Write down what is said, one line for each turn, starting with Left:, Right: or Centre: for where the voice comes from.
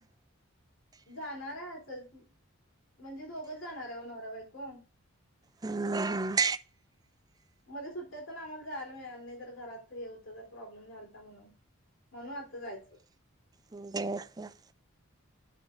Left: जाणार आहे असच म्हणजे दोघंच जाणार आहे नोरा बायको.
Right: हम्!
Left: मध्ये सुट्ट्या तर ना आम्हाला जायला मिळाल नाही जर घरात हे होतं तर प्रॉब्लेम झालता म्हणून. म्हणून आता जायचं होत.
Right: बर बर.